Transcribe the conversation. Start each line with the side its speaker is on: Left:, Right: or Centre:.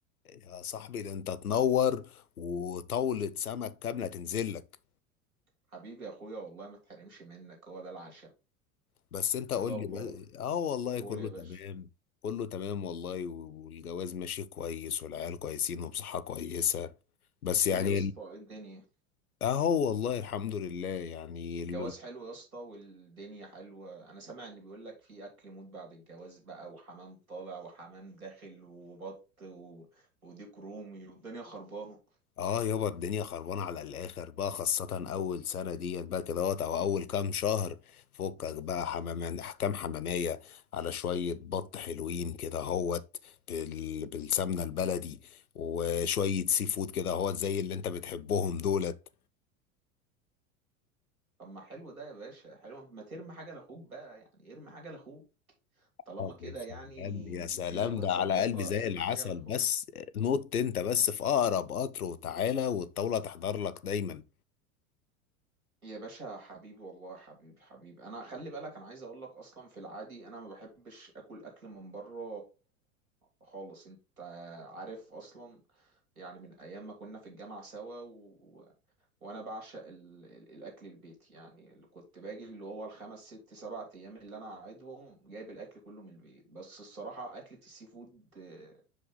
Left: يا صاحبي ده انت تنور وطاولة سمك كاملة تنزل لك
Right: حبيبي يا اخويا والله ما تحرمش منك هو ده العشم
Left: بس انت قول
Right: ايه الاخبار
Left: لي بس- اه والله
Right: قول
Left: كله
Right: يا باشا
Left: تمام كله تمام والله والجواز ماشي كويس والعيال كويسين وبصحة كويسة بس
Right: ايه
Left: يعني
Right: يا اسطى ايه الدنيا
Left: اهو والله الحمد لله يعني ال-
Right: جواز حلو يا اسطى والدنيا حلوه انا سامع ان بيقول لك في اكل موت بعد الجواز بقى وحمام طالع وحمام داخل وبط و... وديك رومي والدنيا خربانه
Left: اه يابا الدنيا خربانه على الاخر بقى خاصه اول سنه ديت بقى كده وقت او اول كام شهر فكك بقى حمامان احكام حماميه على شويه بط حلوين كده هوت بال... بالسمنه البلدي وشويه سي فود كده هوت زي اللي انت بتحبهم دولت
Right: طب ما حلو ده يا باشا حلو ما ترمي حاجه لاخوك بقى يعني ارمي حاجه لاخوك طالما
Left: آه،
Right: كده
Left: يا سلام
Right: يعني
Left: يا سلام
Right: الدنيا متظبطه
Left: ده على قلبي زي
Right: ارمي
Left: العسل
Right: حاجه لاخوك
Left: بس نط انت بس في اقرب قطر وتعالى والطاوله تحضر لك دايما
Right: يا باشا حبيبي والله حبيبي حبيبي انا خلي بالك انا عايز اقول لك اصلا في العادي انا ما بحبش اكل اكل من بره خالص انت عارف اصلا يعني من ايام ما كنا في الجامعه سوا و... وانا بعشق ال... ال- الاكل البيتي يعني اللي كنت باجي اللي هو الخمس ست سبع ايام اللي انا قاعدهم جايب الاكل كله من البيت بس الصراحه اكله السي فود آه،